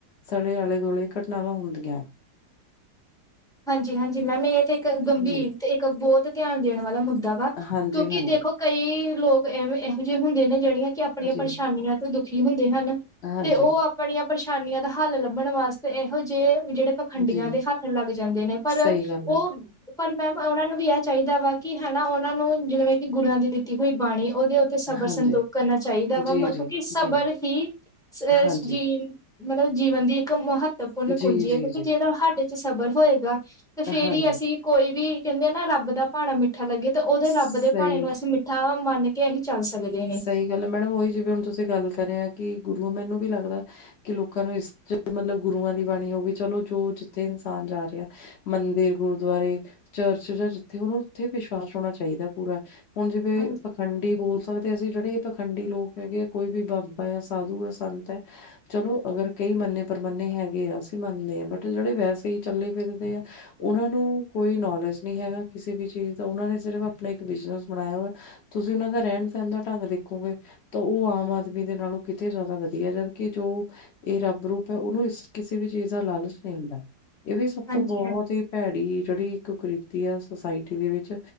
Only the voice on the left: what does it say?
ਸਾਡੇ ਆਲੇ- ਦੁਆਲੇ ਘਟਨਾਵਾਂ ਹੁੰਦੀਐ।
ਜੀ
ਹਾਂਜੀ
ਹਾਂਜੀ
ਜੀ
ਹਾਂਜੀ।
ਜੀ
ਸਹੀ
ਗੱਲ ਹੈ
ਹਾਂਜੀ
ਜੀ
ਜੀ
ਜੀ
ਹਾਂਜੀ
ਜੀ
ਜੀ
ਜੀ
ਹਾਂਜੀ
ਸਹੀ
ਸਹੀ ਗੱਲ ਮੈਡਮ ਓਹੀ ਜਿਵੇਂ ਹੁਣ ਤੁਸੀਂ ਗੱਲ ਕਰੇ ਐ ਕੀ ਗੁਰੂ ਮੈਨੂੰ ਵੀ ਲੱਗਦਾ ਕੀ ਲੋਕਾਂ ਨੂੰ ਇਸ ਮਤਲਬ ਗੁਰੂਆਂ ਦੀ ਬਾਣੀ ਹੋਗੀ ਚਲੋ ਜੋ ਜਿੱਥੇ ਇਨਸਾਨ ਜਾ ਰਿਆ ਮੰਦਿਰ, ਗੁਰਦੁਆਰੇ, ਚਰਚ ਜਾਂ ਜਿੱਥੇ ਉਨੂੰ ਉੱਥੇ ਈ ਵਿਸ਼ਵਾਸ ਹੋਣਾ ਚਾਈਦਾ ਪੂਰਾ ਹੁਣ ਜਿਵੇਂ
ਪਖੰਡੀ <unintelligible> ਸਕਦੇ ਅਸੀ ਜੇੜੇ ਏ ਪਖੰਡੀ ਲੋਕ ਹੈਗੇ ਆ ਕੋਈ ਵੀ ਬਾਬਾ ਐ, ਸਾਧੂ ਆ, ਸੰਤ ਐ ਚਲੋ ਅਗਰ ਕਈ ਮੰਨੇ-ਪ੍ਰਮੰਨੇ ਹੈਗੇ ਆ ਅਸੀਂ ਮੰਨਦੇ ਆ ਬਟ ਜੇੜੇ ਵੈਸੇ ਈ ਚੱਲੇ ਫਿਰਦੇ ਆ ਓਨਾਂ ਨੂੰ ਕੋਈ ਨੌਲੇਜ ਨੀ ਹੈਗਾ ਕਿਸੇ ਵੀ ਚੀਜ਼ ਦਾ ਓਨਾਂ ਨੇ ਸਿਰਫ਼ ਆਪਣਾ ਇੱਕ ਬਿਜਨਸ ਬਣਾਇਆ ਹੋਯੈ ਤੁਸੀਂ ਉਨਾਂ ਦਾ ਰੈਣ <unintelligible> ਨ ਦਾ ਢੰਗ ਦੇਖੋਗੇ ਤਾਂ ਓ ਆਮ ਆਦਮੀ ਦੇ ਨਾਲੋਂ ਕਿਤੇ ਜਾਦਾ ਵਧੀਆ ਜਦਕੀ ਜੋ ਏ ਰੱਬ ਰੂਪ ਐ ਉਨੂੰ ਇਸ ਕਿਸੇ ਵੀ ਚੀਜ਼ ਦਾ ਲਾਲਚ ਨੀ ਹੁੰਦਾ, ਏ ਵੀ ਸਭ
ਤੋਂ ਬੋਹਤ ਹੀ ਪੈੜੀ ਜੇੜੀ ਇੱਕ ਕ੍ਰਿਤੀ ਅ ਸੁਸਾਇਟੀ ਦੇ ਵਿੱਚ